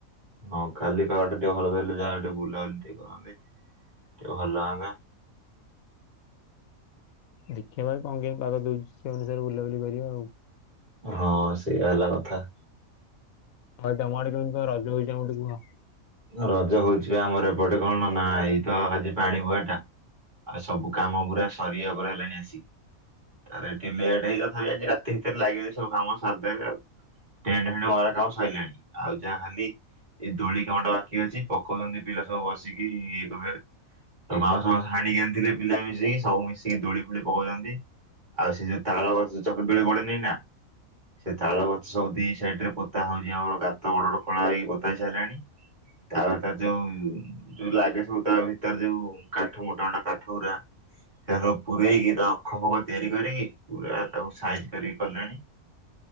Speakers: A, on the right; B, on the left.
A: ହଁ କାଲି ପାଗଟା ଟିକେ ଭଲ ଦେଲେ ଯାହା ଟିକେ ବୁଲାବୁଲି ଟିକେ କରନ୍ତେ ଟିକେ ଭଲ ଲାଗନ୍ତା।
B: ଦେଖିଆ ଭାଇ କଣ କେମି ପାଗ ଦଉଚି ସେଇ ଅନୁସାରେ ବୁଲାବୁଲି କରିବା ଆଉ।
A: ହଁ ସେଇଆ ହେଲା କଥା।
B: ଭାଇ ତମ ଆଡ଼େ କେମିତି କଣ ରଜ ହଉଚି ଟିକେ ଆମକୁ ଟି କୁହ।
A: ରଜ ହଉଚି ବା ଆମର ଏପଟେ କଣ ନା ଏଇ ତ ଆଜି ପାଣି ବୁହାଟା। ଆ ସବୁ କାମ ପୁରା ସରିିବା ଓପରେ ହେଲାଣି ଆସିକି। ଆରେ ଏଠି ଲେଟ୍ ହେଇ ତଥାପି ଆଜି ରାତି ଭିତରେ ଲାଗି ସବୁ କାମ ସାରଦେବେ ଆଉ। ଟେଣ୍ଟ ଫେଣ୍ଟ ମରା କାମ ସଇଲାଣି ଆଉ ଯାହା ଖାଲି ଏ ଦୋଳି କାମଟା ବାଖି ଅଛି ପକଉଛନ୍ତି ପିଲା ସବୁ ବସିକି <unintelligible> ବାଉଁଶ ଫାଉଂସ ହାଣିକି ଆଣିଥିଲେ ପିଲା ମିଶିକି ସବୁ ମିଶିକି ଦୋଳି ଫୋଳି ପକଉଛନ୍ତି। ଆଉ ସେଇ ଯୋଉ ତାଳ ଗଛ ଚକିରି ଦୋଳି ପଡ଼େ ନେଇ ନା ସେ ତାଳ ଗଛ ସବ ଦି ସାଇଡ଼ ରେ ପୋତା ହଉଛି ଆମର ଗାତ ଓରଡ଼ ଖୋଳା ହେଇକି ପୋତା ହେଇ ସାଇଲାଣି। ତାଳ ଟା ଯୋଉ ଯୋଉ ଲାଗେ ସବୁ ତା ଭିତରେ ଯୋଉ କାଠ ମୋଟା ମୋଟା କାଠ ଗୁରା। ସେ ସବୁ ପୁରରେଇକି ତା ଅଖ ଫଖ ତିଆରି କରିକି ପୁରା ତାକୁ ସାଇଜ କରିକି କଲାଣି।